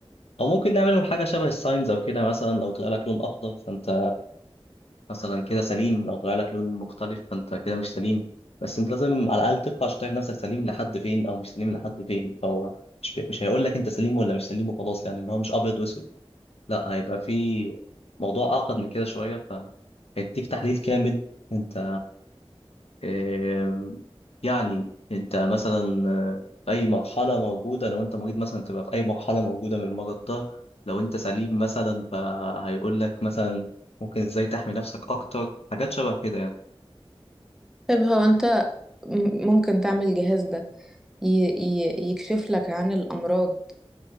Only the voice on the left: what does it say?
أو ممكن نعمل لهم حاجة شبه الساينز أو كده مثلا لو طلع لك لون أخضر فأنت مثلا كده سليم لو طلع لك لون مختلف فأنت كده مش سليم بس أنت لازم على الأقل تقرأ عشان تعرف نفسك سليم لحد فين أو مش سليم لحد فين فهو مش مش هيقول لك أنت سليم ولا مش سليم وخلاص يعني اللي هو مش أبيض وأسود لا هيبقى في موضوع أعقد من كده شوية فهيديك تحليل كامل أنت آم، يعني أنت مثلا آه، في أي مرحلة موجودة لو أنت مريض مثلا تبقى في أي مرحلة موجودة من المرض ده لو أنت سليم مثلا فهيقول لك مثلا ممكن إزاي تحمي نفسك أكتر حاجات شبه كده يعني